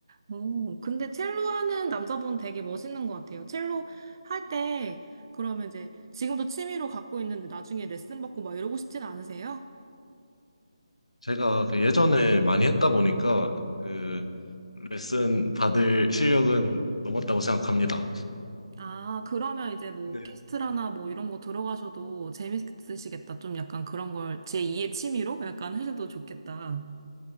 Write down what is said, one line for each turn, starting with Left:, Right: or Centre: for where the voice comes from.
Right: 오, 근데 첼로 하는 남자분 되게 멋있는 것 같아요. 첼로 할 때, 그러면 이제 지금도 취미로 갖고 있는데 나중에 레슨 받고 막 이러고 싶진 않으세요?
Left: 제가 그 예전에 많이 했다 보니까 그 레슨 받을 실력은 넘었다고 생각합니다.
Right: 아, 그러면 이제 뭐
Left: 네.
Right: 오케스트라나 뭐 이런 거 들어가셔도 재밌으시겠다. 좀 약간 그런 걸 제2의 취미로 약간 하셔도 좋겠다.